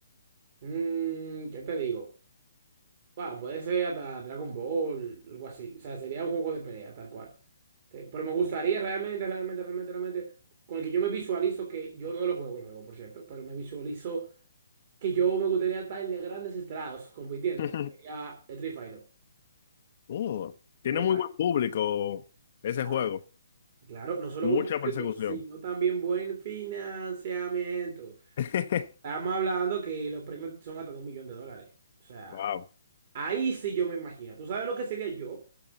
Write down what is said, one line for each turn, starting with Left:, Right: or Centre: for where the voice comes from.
Right: mm, ¿qué te digo? Wow, puede ser hasta Dragon Ball, algo así. O sea, sería un juego de pelea, tal cual. Sí, Pero me gustaría realmente, realmente, realmente, realmente, con el que yo me visualizo que yo no lo juego el juego, por cierto, pero me visualizo que yo me gustaría estar en grandes estrados compitiendo.
Left: <laughs>
Right: Sería Street Fighter.
Left: Oh, tiene
Right: Me imagino.
Left: muy buen público ese
Right: Claro,
Left: juego.
Right: claro, no solo
Left: Mucha
Right: buen público,
Left: persecución.
Right: sino también buen financiamiento.
Left: <laughs>
Right: Estamos hablando que los premios son hasta de un millón de dólares. O sea,
Left: Wow.
Right: ahí sí yo me imagino. ¿Tú sabes lo que sería yo?